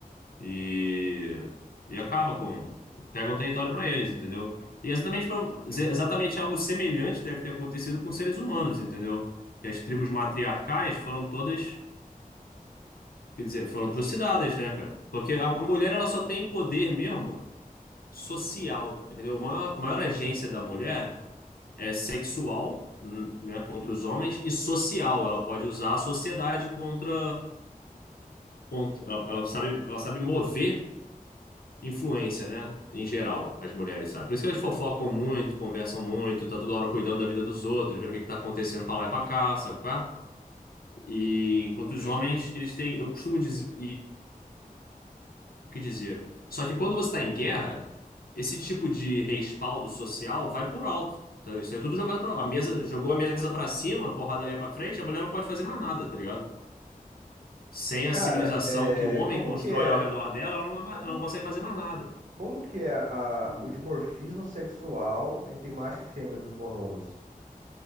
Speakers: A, on the left; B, on the right.
A: e, e acaba com... Pegam o território para eles, entendeu? E é exatamente, pra- ex- exatamente algo semelhante deve ter acontecido com seres humanos, entendeu? Que as tribos matriarcais foram todas, quer dizer, foram trucidadas, né, cara? Porque a, a mulher, ela só tem poder mesmo social, entendeu? A maior, a maior agência da mulher é, sexual, n- né, contra os homens e social. Ela pode usar a sociedade contra, contra ela, ela sabe, ela sabe mover influência, né, em geral, as mulheres, sabe? Por isso que elas fofocam muito, conversam muito, tá toda hora cuidando da vida dos outros, vendo o que que tá acontecendo pra lá e pra cá, sabe? qual é? E enquanto os homens, eles têm, eu costumo dizer, o que dizer. Só que quando você está em guerra, esse tipo de respaldo social vai por alto. Então, Isso é tudo jogado para a mesa, jogou a mesa para cima, porradaria para frente, a mulher não pode fazer mais nada, tá ligado? Sem
B: Mas, cara,
A: a civilização
B: é,
A: que o homem
B: como
A: constrói
B: que é,
A: ao redor dela, ela não, é mais-
B: como,
A: ela não consegue fazer mais nada.
B: como que é a-
A: Hum.
B: o dimorfismo sexual entre macho e fêmea dos bonobos?